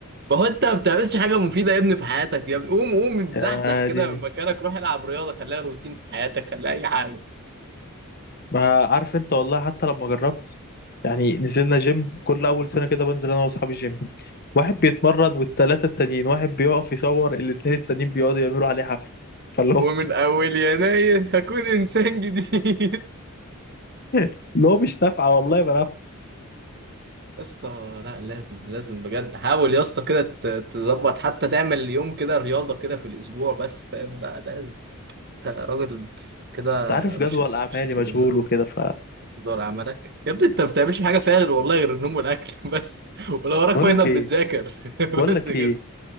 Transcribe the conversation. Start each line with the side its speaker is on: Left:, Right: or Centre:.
Right: فهو انت ما بتعملش حاجه مفيده يا ابني في حياتك يا ابني قوم قوم اتزحزح
Left: يا
Right: كده
Left: ديني
Right: من مكانك روح العب رياضه خليها روتين في حياتك خليها اي حاجه
Left: ما عارف انت والله حتى لما جربت يعني نزلنا جيم كل اول سنه كده بنزل انا واصحابي جيم واحد بيتمرن والتلاته التانيين واحد بيقف يصور الاتنين التانيين بيقعدوا يعملوا عليه حفله فاللي هو
Right: ومن اول يناير هكون انسان جديد
Left: <laughs> اللي هو مش نافعه والله ما نافعه
Right: <laughs> يا اسطى لا لازم لازم بجد حاول يا اسطى كده ت- تظبط حتى تعمل يوم كده رياضه كده في الاسبوع بس فاهم لا لازم انت راجل كده
Left: انت عارف
Right: مش
Left: جدول اعمالي
Right: مش هتقول
Left: مشغول وكده ف
Right: دور عملك يا ابني انت ما بتعملش حاجه فيها غير والله غير النوم والاكل <laughs> بس ولو وراك
Left: بقول
Right: فاينل
Left: لك ايه
Right: بتذاكر <laughs>
Left: بقول
Right: بس
Left: لك
Right: كده
Left: ايه